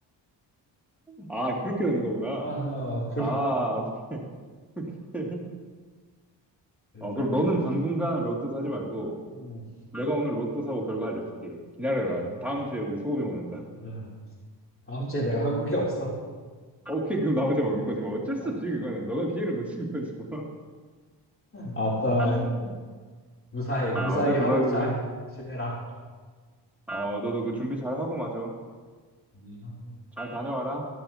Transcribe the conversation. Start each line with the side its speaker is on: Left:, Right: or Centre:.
Centre: 아, 그렇게 되는 거구나.
Left: 아, 그.
Centre: 아, <laughs> 오케이.
Left: 일단은
Centre: 어, 그럼 너는 당분간 로또 사지 말고,
Left: 음,
Centre: 내가 오늘 로또 사고 결과 알려줄게. 기다려라.
Left: 아,
Centre: 다음 주에 우리 소고기 먹는다.
Left: 아, 다음 주에 내가 한국에 없어.
Centre: <laughs> 오케이, 그럼 나 혼자 먹는 거지 뭐. 어쩔
Left: <laughs>
Centre: 수 없지, 그거는. 너가 기회를 놓친 거지 뭐.
Left: 아따
Centre: <laughs>
Left: 무사히 무사히
Centre: 아, 어쨌든
Left: 하루
Centre: 너 그,
Left: 잘 지내라.
Centre: 어, 너도 그 준비 잘 하고 마저.
Left: 아니요.
Centre: 잘 다녀와라.